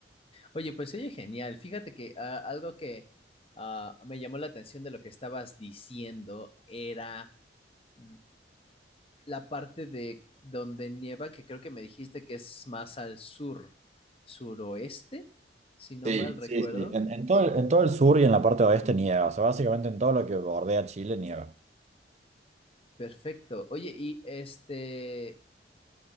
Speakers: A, on the left; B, on the right.
A: Oye, pues oye, genial. Fíjate que ah, algo que ah, me llamó la atención de lo que estabas diciendo era mm, la parte de donde nieva, que creo que me dijiste que es más al sur, suroeste, si no
B: Sí,
A: mal recuerdo.
B: sí, sí. En, en todo, el- en todo el sur y en la parte oeste nieva, o sea, básicamente en todo lo que bordea Chile nieva.
A: Perfecto. Oye, y este,